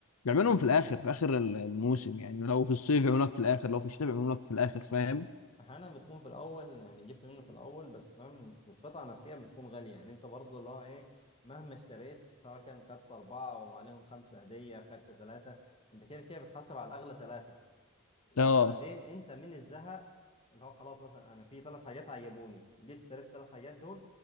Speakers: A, on the left; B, on the left.
A: يعملهم في الاخر في اخر الموسم يعني لو في الصيف يعملوا لك في الاخر لو في الشتاء يعملوا لك في الاخر فاهم
B: احيانا بتكون في الاول يعني جبت منه في الاول بس فاهم القطعه نفسها بتكون غاليه يعني انت برضه لا ايه مهما اشتريت سواء كان خدت اربعه وعليهم خمسه هديه خدت ثلاثه انت كده كده بتحاسب على الاغلى ثلاثه وبعدين
A: اه
B: انت من الزهق اللي هو خلاص مثلا انا في ثلاث حاجات عجبوني جيت اشتريت الثلاث حاجات دول